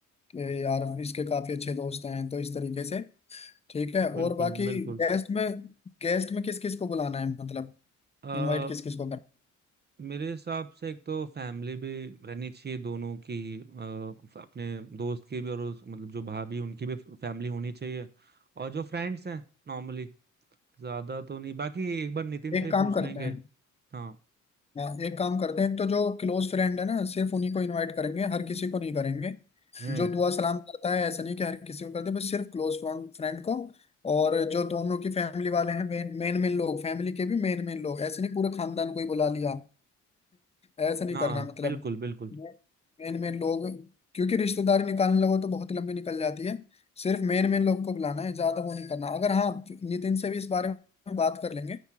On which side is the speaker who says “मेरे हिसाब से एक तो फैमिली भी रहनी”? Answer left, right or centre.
Right